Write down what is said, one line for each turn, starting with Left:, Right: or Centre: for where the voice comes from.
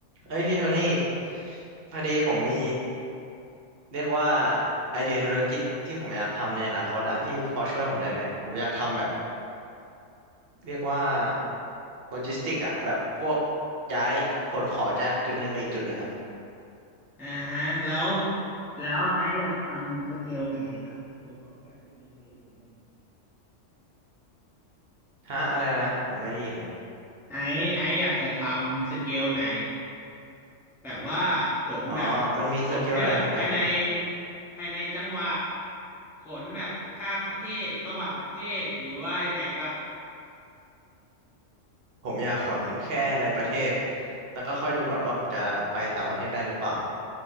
Right: เอ้ยพี่โทนี่พอดีผมมีเรียกว่าไอเดียธุรกิจที่ผมอยากทำในอนาคตอะพี่พอช่วยผมได้ไหมผมอยากทำแบบเรียกว่าโลจิสติกอะแบบพวกย้ายขนของจากจุดหนึ่งไปอีกจุดหนึ่งอะ
Centre: อ่าฮะแล้วแล้วไอซ์อยากทำสเกลไหนล่ะส่วนของแต่จุดหนึ่งไปอีกจุดหนึ่ง
Right: ฮะอะไรนะผมไม่ได้ยินเลย
Centre: ไอซ์ไอซ์อยากจะทำสเกลไหนแบบว่าขนแบบ
Right: อ๋อมันมีสเกลไหนให้ผมเลือกมั้างอะ
Centre: ขนแค่แบบภายในภายในจังหวัดขนแบบข้ามประเทศระหว่างประเทศหรือว่ายังไงบ้าง
Right: ผมอยากขนแค่ในประเทศแล้วก็ค่อยดูก่อนว่าผมจะไปต่างประเทศได้หรือเปล่า